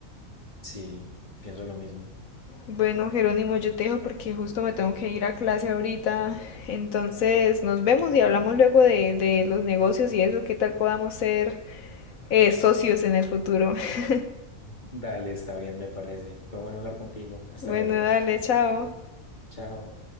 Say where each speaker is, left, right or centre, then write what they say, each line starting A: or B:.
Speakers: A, on the left (about 35°); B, on the left (about 75°).
A: Sí, pienso lo mismo.
B: Bueno, Jerónimo, yo te dejo porque justo me tengo que ir a clase ahorita. Entonces, nos vemos y hablamos luego de, de los negocios y eso, qué tal podamos ser eh, socios en el futuro. <laughs>
A: Dale, está bien, me parece. Fue bueno hablar contigo. Hasta
B: Bueno,
A: luego.
B: dale, chao.
A: Chao.